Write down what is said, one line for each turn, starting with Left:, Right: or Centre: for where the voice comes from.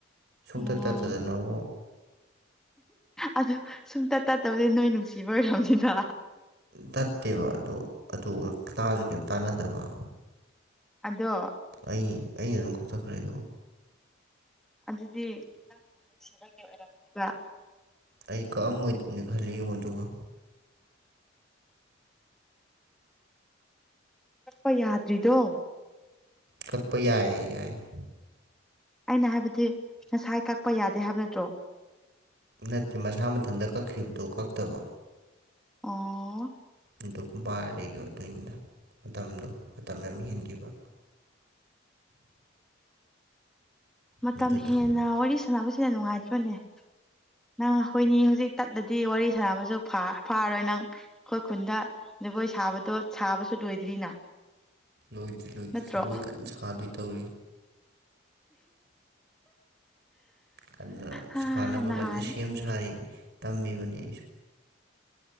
Right: ꯁꯨꯡꯇ
Centre: ꯑꯣ
Right: ꯇꯠꯇꯗꯅꯕꯨ
Centre: ꯑꯗꯨ ꯁꯨꯝꯇꯠ ꯇꯠꯇꯕꯗꯤ ꯅꯣꯏ ꯅꯨꯡꯁꯤꯕ ꯑꯣꯏꯔꯝꯅꯤꯗ
Right: ꯇꯠꯇꯦꯕ ꯑꯗꯣ ꯑꯗꯨ ꯇꯥꯁꯨ ꯀꯔꯤꯝ ꯇꯥꯟꯅꯗꯕ
Centre: ꯑꯗꯣ
Right: ꯑꯩ ꯑꯩꯅ ꯑꯗꯨꯝ ꯀꯣꯛꯊꯈ꯭ꯔꯦ ꯑꯗꯨꯕꯨ
Centre: ꯑꯗꯨꯗꯤ ꯅꯪꯕꯨ ꯅꯨꯡꯁꯤꯕꯒꯤ ꯑꯣꯏꯔꯝꯃꯤꯕ
Right: ꯑꯩ ꯀꯛꯑꯝꯃꯣꯏꯗꯕꯅꯤ ꯈꯜꯂꯤ ꯌꯦꯉꯣ ꯑꯗꯨꯒꯒ
Centre: ꯀꯛꯄ ꯌꯥꯗ꯭ꯔꯤꯗꯣ
Right: ꯀꯛꯄ ꯌꯥꯏꯌꯦ ꯌꯥꯏꯌꯦ
Centre: ꯑꯩꯅ ꯍꯥꯏꯕꯗꯤ ꯉꯁꯥꯏ ꯀꯛꯄ ꯌꯥꯗꯦ ꯍꯥꯏꯕ ꯅꯠꯇ꯭ꯔꯣ
Right: ꯅꯠꯇꯦ ꯃꯁꯥ ꯃꯊꯟꯇ ꯀꯛꯈꯤꯕꯗꯣ ꯀꯛꯇꯕ
Centre: ꯑ
Right: ꯑꯗꯨ ꯕꯥꯔ ꯑꯗꯨꯅꯤꯗ ꯃꯇꯝꯗꯣ ꯃꯇꯝ ꯌꯥꯝ ꯍꯦꯟꯈꯤꯕ <inaudible>
Centre: ꯃꯇꯝ
Right: ꯑꯗꯨꯗꯣ
Centre: ꯍꯦꯟꯅ ꯋꯥꯔꯤ ꯁꯥꯟꯅꯕꯁꯤꯗ ꯅꯨꯡꯉꯥꯏꯇ꯭ꯔꯅꯦ ꯅꯪ ꯑꯩꯈꯣꯏꯅꯤ ꯍꯧꯖꯤꯛ ꯇꯠꯂꯗꯤ ꯋꯥꯔꯤ ꯁꯥꯟꯅꯕꯁꯨ ꯐꯥꯔꯣꯏ ꯅꯪ ꯑꯩꯈꯣꯏ ꯈꯨꯟꯗ ꯖꯒꯣꯏ ꯁꯥꯕꯗꯣ ꯁꯥꯕꯁꯨ ꯂꯣꯏꯗ꯭ꯔꯤꯅ
Right: ꯂꯣꯏꯗ꯭ꯔꯤ ꯂꯣꯏꯗ꯭ꯔꯤ
Centre: ꯅꯠꯇ꯭ꯔꯣ
Right: ꯖꯒꯣꯏ ꯀꯟꯅ ꯁꯥꯗꯣꯏ ꯇꯧꯔꯤ ꯀꯟꯅ
Centre: ꯍꯥ
Right: ꯁꯥꯅꯕ
Centre: ꯅꯍꯥꯟ
Right: ꯀꯟꯅ ꯁꯦꯝ ꯁꯥꯔꯤꯅꯤ ꯇꯝꯃꯤꯅꯤ